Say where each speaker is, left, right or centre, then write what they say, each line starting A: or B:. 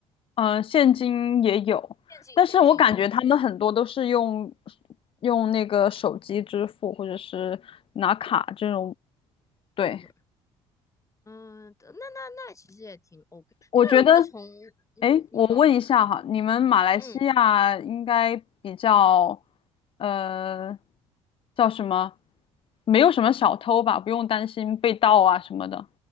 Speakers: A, on the left; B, on the left.
A: 呃，现金也有，
B: 现金现金，OK，Apple
A: 但是我感觉他们很多都是用用那个手机支付，或者是拿卡这种。对，
B: Pay，OK。嗯，那那那其实也挺 OK。
A: 我觉得，
B: 那如果从嗯，
A: 哎，
B: 你说
A: 我问一下哈，你们马来西亚应该比较，
B: 嗯，
A: 呃，叫什么？没有什么小偷吧，不用担心被盗啊什么的。